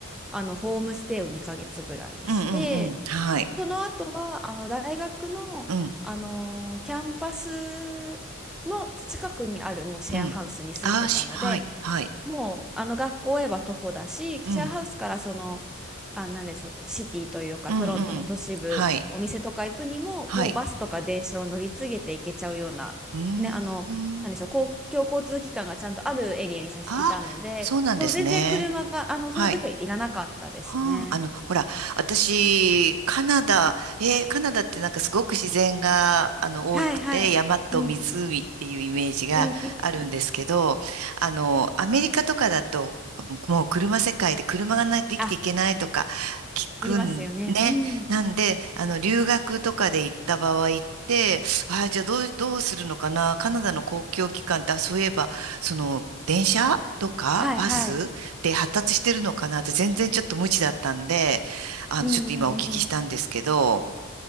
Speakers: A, in the centre; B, on the right (about 80°).
A: あのホームステイを2ヶ月ぐらいして
B: うん、うん、はい、
A: その後はあの大学の、
B: うん、
A: あのキャンパスの近くにあるもうシェアハウスに住んでたので
B: うん。あーし、はい、はい、
A: もうあの学校へは徒歩だし、記者ハウスからその、
B: うん、
A: あ、なんでしょう、シティというかトロントの都市部、
B: うん、うん、はい、
A: お店とか行くにも、
B: はい。
A: もうバスとか電車を乗り継げて行けちゃうような、
B: うーん。
A: ね、あの、なんでしょう、公共交通機関がちゃんとあるエリアに最初いたので、
B: ああそうなんですね。
A: そう、全然車が、あの、
B: はい。
A: その時はいらなかったですね。
B: はあ、あの、ほら、私、カナダ、えーカナダってなんかすごく自然が、あの、
A: はいはい。
B: 多くて、山と湖っていうイメージがあるんですけど、
A: うん。うんうんうん。
B: あの、アメリカとかだと、もう車世界で車がないと生きていけないとか聞くんね。
A: あ、言いますよね。うん。
B: なんで、あの、留学とかで行った場合って、ああ、じゃあどう、どうするのかな。カナダの公共機関って、あ、そういえば、その、電車とかバスって発達してるのかなって全然ちょっと無知だったんで、
A: はいはい。
B: あの、
A: うんうんうん。
B: ちょっと今お聞きしたんですけど、